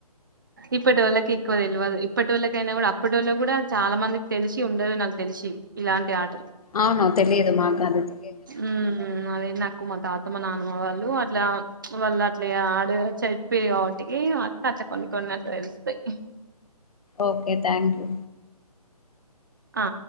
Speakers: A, on the right; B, on the left.
A: ఇప్పటోళ్ళకి ఎక్కువ తెల్వదు ఇప్పటోళ్ళకి అయినా కూడా అప్పటోళ్ళకి కూడా చాలా మందికి తెలిసి ఉండదు నాకు తెలిసి సి ఇలాంటి ఆటల్
B: అవును తెలియదు మాకు అది తెలియకనే
A: మ్మ్
B: మిమ్మల్ని
A: అది కువ మా తాత మా నాన్నమ్మ వాళ్ళు అట్లా వాళ్ళు అట్లా ఆడ చెప్పి వాటికి కొన్ని అట్ల తెలుస్తాయ్
B: ఓకే థ్యాంక్ యూ
A: ఆ